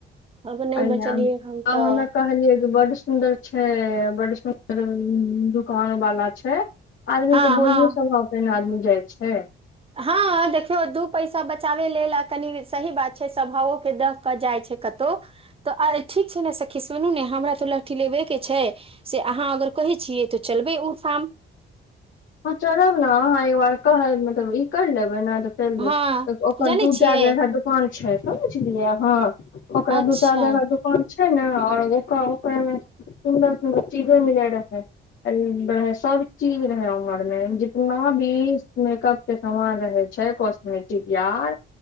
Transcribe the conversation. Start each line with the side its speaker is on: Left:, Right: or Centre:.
Right: अब नहि
Left: आब
Right: बचलियै हम तऽ
Left: हमे कहलियै जे बड सुन्दर। छै बड सुन्दर दुकान वाला छै आदमी
Right: हँ
Left: के बोलियो
Right: हँ
Left: सब। तेए न आदमी जाइ छै।
Right: हँ देखियौ दू पैसा बचाबे लेल आ कनि सही बात छै स्वभावोके दखऽ कऽ जाइ छै कतहो तऽ आइ ठीक छै ने सखी सुनू ने हमरा तअ लहठी लेबे के छै। से अहाँ अगर कहै छियै तऽ चलबै उठाम।
Left: हँ चलब न अहाँ एकबार कहब मतलब ई कर लेबै नहि तऽ। चलू
Right: हँ
Left: तऽ अोकर
Right: जानै
Left: दूटा
Right: छियै
Left: जगह दू। छै समझलियै अह ओकरा
Right: अच्छा
Left: दू चार जगह फोन छै ने ओर ओ ओकरामे। सुन्दर सुन्दर चीजो मिलै रहै कनि रहै सब चीज रहै। घरमे जितना भी मेकअप के सामान रहे छै कॉस्मेटिक यार।